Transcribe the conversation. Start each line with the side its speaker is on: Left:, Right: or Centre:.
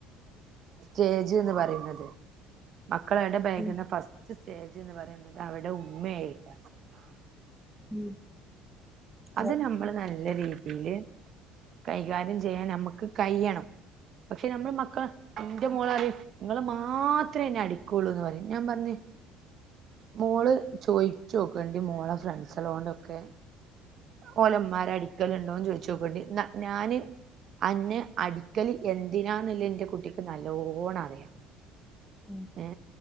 Right: സ്റ്റേജ്ന്ന് പറയ്ന്നത് മക്കള് ഏടെ <unintelligible>
Centre: ഉം
Right: ഫസ് ഫസ്റ്റ് സ്റ്റേജ്ന്ന് പറയുന്നത് അവിടെ ഉമ്മയായിട്ട
Centre: ഉം അതെ
Right: അത് നം നമ്മള് നല്ല രീതിയില് കൈകാര്യം ചെയ്യാൻ നമ്മക്ക് കയ്യണം. പക്ഷെ നമ്മൾ മക്ക ന്റെ മോളറിം ങ്ങള് മാത്രേ ന്നെ അടിക്കുള്ളൂന്ന് പറിം ഞാൻ പറഞ് മോള് ചോയിച്ചോക്കണ്ടി മോളെ ഫ്രണ്ട്സളോണ്ടൊക്കെ ഓലുമ്മാരെ അടിക്കല്ണ്ടോന്ന് ചോയ്ച്ചോക്കണ്ടി ഞാന് അന്നെ അടിക്കല് എന്തിനാന്ന്ല്ലെ ൻ്റെ കുട്ടിക്ക് നല്ലോണറിയാം
Centre: ഉം
Right: ഏ